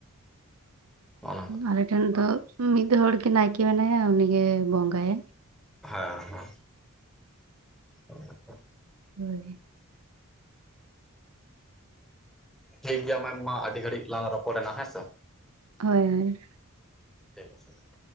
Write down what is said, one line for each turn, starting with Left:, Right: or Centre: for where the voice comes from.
Centre: ᱚᱱᱟ
Right: ᱟᱞᱮ ᱴᱷᱮᱡ ᱫᱚ ᱢᱤᱫ ᱦᱚᱲ ᱜᱮ ᱱᱟᱭᱠᱮ ᱢᱮᱱᱟᱭᱟ ᱩᱱᱤᱜᱮ ᱵᱚᱸᱜᱟᱭᱟ᱾
Centre: ᱦᱮᱸ ᱦᱮᱸ <unintelligible>
Right: ᱦᱩᱸ᱾
Centre: ᱴᱷᱤᱠ ᱜᱮᱭᱟ ᱢᱮᱱ ᱢᱟ ᱟᱹᱰᱤ ᱜᱷᱟᱹᱲᱤᱡ ᱞᱟᱝ ᱨᱚᱯᱚᱲᱮᱱᱟ ᱦᱮᱸᱥᱮ᱾
Right: ᱦᱳᱭ
Centre: <unintelligible>